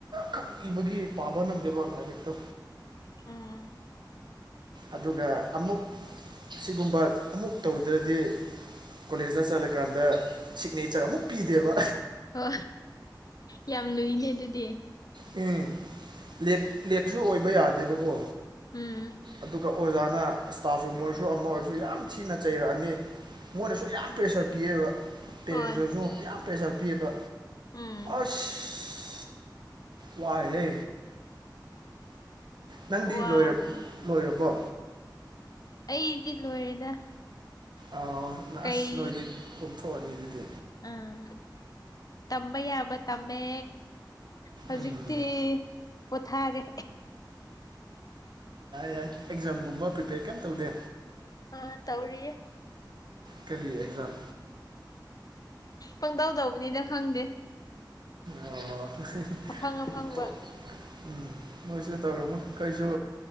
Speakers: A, on the right (about 70°); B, on the left (about 50°).
A: ꯀꯛ ꯏꯕꯒꯤ ꯄꯥꯕ ꯅꯪꯗꯦꯕ ꯑꯣꯂꯣ ꯍꯖꯤꯦꯛꯇꯣ
B: ꯎꯝ
A: ꯑꯗꯨꯒ ꯑꯃꯨꯛ ꯁꯤꯒꯨꯝꯕ ꯑꯃꯨꯛ ꯇꯧꯗ꯭ꯔꯗꯤ ꯀꯣꯂꯦꯖꯇ ꯆꯠꯂꯀꯥꯟꯗ ꯁꯤꯛꯅꯦꯆꯔ ꯑꯃꯨꯛ ꯄꯤꯗꯦꯕ
B: ꯍ ꯌꯥꯝ ꯂꯨꯏꯅꯦ ꯑꯗꯨꯗꯤ
A: ꯎꯝ ꯂꯦꯠ ꯂꯦꯠꯁꯨ ꯑꯣꯏꯕ ꯌꯥꯗꯦꯕꯀꯣ
B: ꯎꯝ
A: ꯑꯗꯨꯒ ꯑꯣꯖꯥꯅ ꯏꯁꯇꯥꯐ ꯔꯨꯝ ꯑꯣꯏꯔꯁꯨ ꯑꯃ ꯑꯣꯏꯔꯁꯨ ꯌꯥꯝ ꯊꯤꯅ ꯆꯩꯔꯛꯑꯅꯤ ꯃꯣꯏꯅꯁꯨ ꯌꯥꯝ ꯄ꯭ꯔꯦꯁꯔ ꯄꯤꯌꯦꯕ ꯄꯦꯔꯦꯟꯁꯇꯁꯨ
B: ꯍꯣꯏ
A: ꯌꯥꯝ ꯄ꯭ꯔꯦꯁꯥꯔ ꯄꯤꯌꯦꯕ
B: ꯎꯝ
A: ꯑꯁ ꯋꯥꯏ ꯍꯦ ꯅꯪꯗꯤ
B: ꯋꯥꯕꯅꯤ
A: ꯂꯣꯏ ꯂꯣꯏꯔꯕꯣ
B: ꯑꯩꯗꯤ ꯂꯣꯏꯔꯦꯗ
A: ꯑ
B: ꯀꯩ
A: ꯑꯁ ꯅꯣꯏꯗꯤ ꯀꯣꯊꯣꯛꯑꯅꯤ ꯑꯗꯨꯗꯤ
B: ꯑꯥ ꯇꯝꯕꯩꯕ ꯇꯃꯦꯃꯦ ꯍꯧꯖꯤꯛꯇꯤ
A: ꯎꯝ
B: ꯄꯣꯊꯥꯔꯦ
A: ꯌꯥ ꯑꯦꯛꯖꯥꯝꯒꯨꯝꯕ ꯄꯔꯤꯄꯦꯔ ꯀ ꯇꯧꯗꯦ
B: ꯑꯥ ꯇꯧꯔꯤ
A: ꯀꯔꯤ ꯑꯦꯛꯖꯥꯝ
B: ꯄꯪꯇꯧ ꯇꯧꯕꯅꯤꯗ ꯈꯪꯗꯦ
A: ꯑꯣ
B: ꯑꯐꯪ ꯑꯐꯪꯕ
A: ꯎꯝ ꯂꯣꯏꯁꯤꯦ ꯇꯧꯔꯣꯃꯣ ꯀꯩꯁꯨ